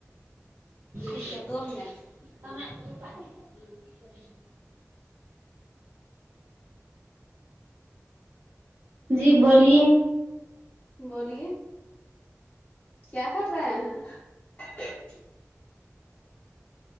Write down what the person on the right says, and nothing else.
कमा
त रूप ह की कर जी बोलिए